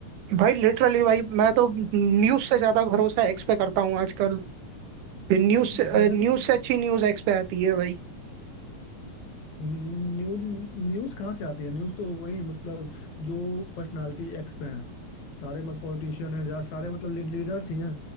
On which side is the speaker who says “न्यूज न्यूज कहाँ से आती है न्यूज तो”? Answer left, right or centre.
Left